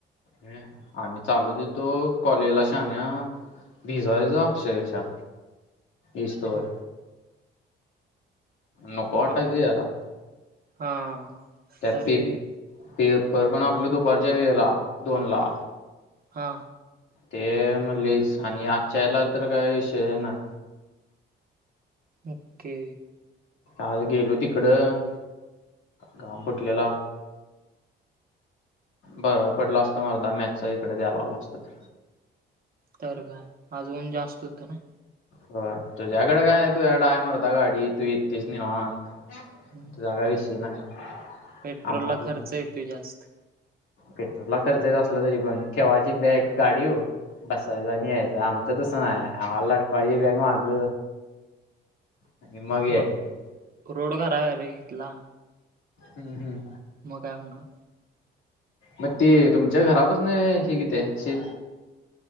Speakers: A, on the left (about 75°); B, on the right (about 50°).
A: हं आम्ही चालते येतो कॉलेजला शाहण्या. भिजायचो अक्षरशः इसतवर.
B: ह
A: नको वाटायचं
B: हा
A: यायला.
B: हा.
A: त्यात
B: तरी
A: पे पेपर पण आपलं दुपारच्या वेळेला दोनला.
B: हा.
A: ते म लईच आणि आजच्या याला तर काही विषय नाय.
B: ओके.
A: आज गेलो तिकडं घाम फुटलेला. बरं पडलं असतं मर्दा मॅथचा इकडं द्यायला आलो असतो तर.
B: तर काय आज ऊन जास्त होतं नाय.
A: व्हय तुझ्याकडं काय तुझ्याकडं हाय मर्दा गाडी तु इतुयस निवांत.
B: हम्म.
A: तुझा काय विषय नाही.
B: पेट्रोलला
A: आम्हाला
B: खर्च
A: काय
B: येतोय जास्त.
A: पेट्रोलला खर्च येत असला तरी पण ठेवायची बॅग गाडीवर बसायच आणि यायचं आमचं तसं नाही आम्हाला लटकवायची बाग माग आणि मग यायचं.
B: रो रोड घरा आहे रे इथला.
A: हम्म हम्म.
B: मग काय होणार.
A: मग ते तुमच्या घरापासन हे किती आहे शेत?